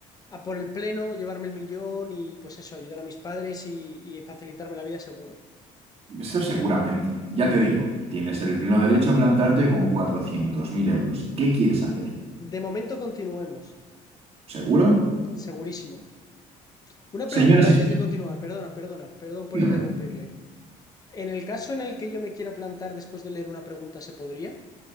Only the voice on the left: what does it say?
a por el pleno, llevarme el millón y pues eso, ayudar a mis padres y, y facilitarme la vida seguro.
De momento continuemos,
segurísimo. Una pregunta
antes
de continuar, perdona, perdona, perdón por
interrumpirle. En el caso en el que yo me quiera plantar después de leer una pregunta, ¿se podría?